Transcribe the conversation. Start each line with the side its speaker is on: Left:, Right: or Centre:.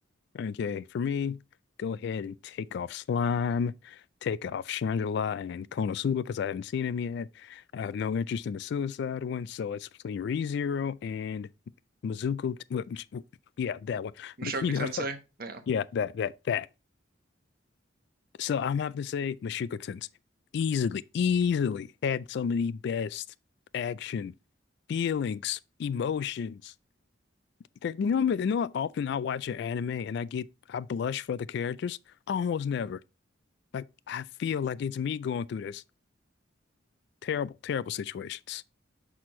Left: Okay, for me, go ahead and take off Slime, take off Shangela and Konosuba because I haven't seen him yet. I have no interest in the Suicide one, so it's between ReZero and Mizuku. t- well, j- Yeah, that one.
Right: Mushoku
Left: <laughs> You
Right: Tensei.
Left: know, so-
Right: Yeah.
Left: yeah, that that that. So I'm have to say Mashuka Tensei easily, easily had some of the best action, feelings, emotions. You know, you know, how often I watch an anime and I get I blush for the characters. Almost never. Like I feel like it's me going through this terrible, terrible situations.